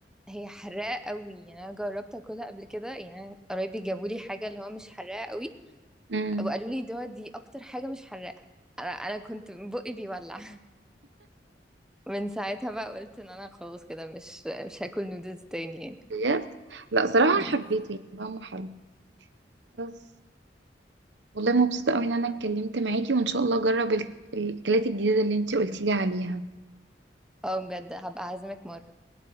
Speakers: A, in the centre; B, on the right.
A: هي حراقة قوي يعني انا جربت اكلها قبل كده يعني انا قرايبي جابوا لي حاجة اللي هو مش حراقة قوي
B: امم
A: وقالوا لي دي دي اكتر حاجة مش حراقة انا انا كنت بقي بيولع من ساعتها بقى قلت ان انا خلاص كده مش مش هاكل نودلز تاني يعني
B: بجد لا صراحة
A: مم.
B: حبيته يعني طعمه حلو بس والله مبسوطة قوي ان انا اتكلمت معاكي وان شاء الله اجرب ال- الاكلات الجديدة اللي انتي قلتي لي عليها
A: اه بجد هبقى اعزمك مرة